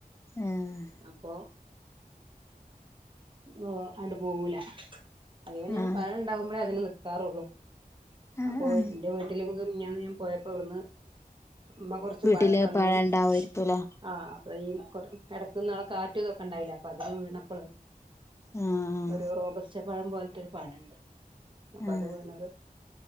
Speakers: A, on the left (about 20°); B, on the right (about 35°).
A: ഏഹ്.
B: അപ്പൊ ഓഹ് അട് പോവൂല അതേമാരി ഞാം
A: ആഹ്
B: പഴണ്ടാവുംമ്പളെ അതിന് ന്ന്ക്കാറൊള്ളു.
A: ആഹ്
B: അപ്പൊ
A: ആഹ്
B: ന്റെ വീട്ടില് മിഞാന്ന് ഞാൻ പോയപ്പോ ഇവ്ട്ന്ന് മ്മ കൊർച്ച്
A: വീട്ടില്
B: പഴം തന്നീന്നു.
A: ഉണ്ടാവുമായിരിക്കുംല്ലേ
B: ആഹ് അപ്പ ഈ എടക്ക്ന്നാള് കാറ്റും ഇതൊക്കണ്ടായിലെ അപ്പൊ അതിന് വീണപ്പള്
A: ആഹ്
B: ഒരു റോബസ്റ്റ് പഴം പോൽത്തെരു പഴണ്ട് അപ്പൊ
A: ആഹ്
B: അത് വീണത്